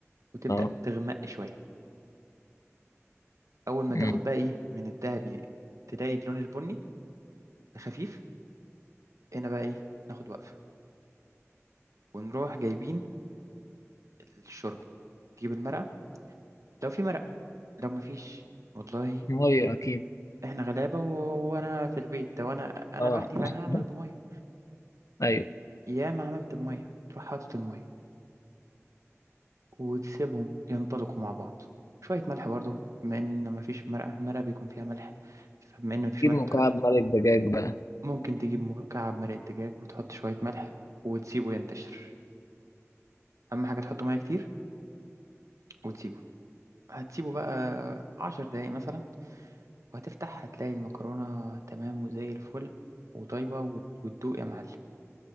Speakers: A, on the right; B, on the left.
A: وتبدأ
B: اه
A: تغمق شوية أول ما تاخد
B: أمم.
A: بقى إيه من الذهبي تلاقي اللون البني خفيف هنا بقى إيه ناخد وقفة ونروح جايبين الشوربة تجيب المرقة لو في مرقة لو مفيش والله
B: ميه اكيد
A: إحنا غلابة و- وأنا في البيت وأنا أنا
B: اه
A: لوحدي فأنا
B: <laughs>
A: هعمل بمية
B: ايول
A: ياما عملت بمية تروح حاطط المية وتسيبهم ينطلقوا مع بعض شوية ملح برضو بما إن مفيش مرقة المرقة بيكون فيها ملح فبما إن مفيش
B: جيب
A: ملح
B: مكعب
A: تحط
B: مرق دجاج بقى
A: ممكن تجيب مكعب مرقة دجاج وتحط شوية ملح وتسيبه ينتشر أهم حاجة تحط مية كتير وتسيبه هتسيبه بقى عشر دقايق مثلا وهتفتح هتلاقي المكرونة تمام وزي الفل وطيبة وت- وتدوق يا معلم